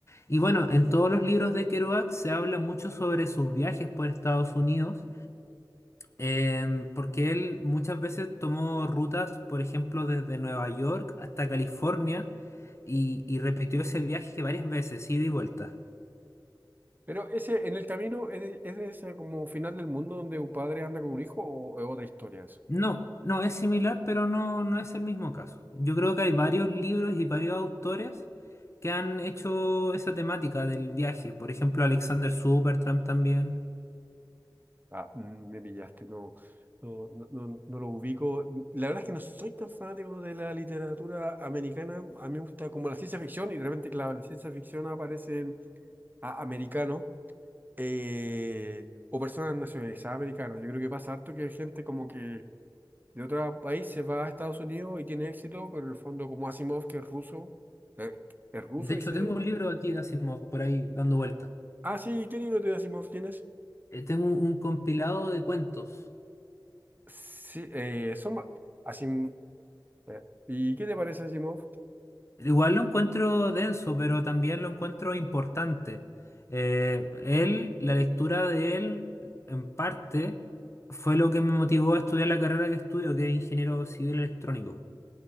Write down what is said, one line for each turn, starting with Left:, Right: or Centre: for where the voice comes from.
Left: Y bueno, en todos los libros de Kerouac se habla mucho sobre sus viajes por Estados Unidos, em, porque él muchas veces tomó rutas, por ejemplo, desde Nueva York hasta California y, y repitió ese viaje varias veces, ida y vuelta.
Right: Pero ese, en el camino, ¿es de, es de ese como final del mundo donde un padre anda con un hijo o es otra historia eso?
Left: No, no es similar, pero no, no es el mismo caso. Yo creo que hay varios libros y varios autores que han hecho esa temática del viaje. Por ejemplo, Alexander Supertramp también.
Right: Ah, mm, me pillaste, no, no, no, no- no lo ubico. La verdad es que no soy tan fanático de la literatura americana. A mí me gusta como la ciencia ficción y de repente, claro, en la ciencia ficción aparecen a- americanos eh, o personas nacionalizadas americanas. Yo creo que pasa harto que hay gente como que de otro país se va a Estados Unidos y tiene éxito, pero en el fondo como Asimov, que es ruso, eh, es ruso
Left: De hecho,
Right: y se
Left: tengo un libro aquí de Asimov por ahí dando vuelta.
Right: Ah, sí, ¿qué libro de Asimov tienes?
Left: Eh, tengo un, un compilado de cuentos.
Right: Sí, eh, son va- Asim- eh, ¿y qué te parece Asimov?
Left: Igual lo encuentro denso, pero también lo encuentro importante. Eh, él, la lectura de él, en parte, fue lo que me motivó a estudiar la carrera que estudio, que es ingeniero civil electrónico.